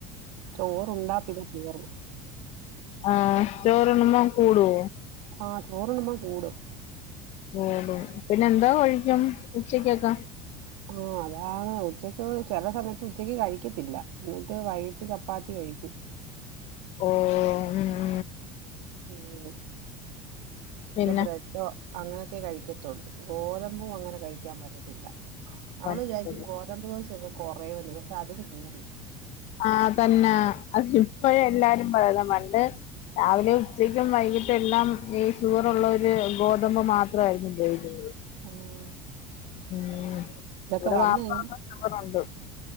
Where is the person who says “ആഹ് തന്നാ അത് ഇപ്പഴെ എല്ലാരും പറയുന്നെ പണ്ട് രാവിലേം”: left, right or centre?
Left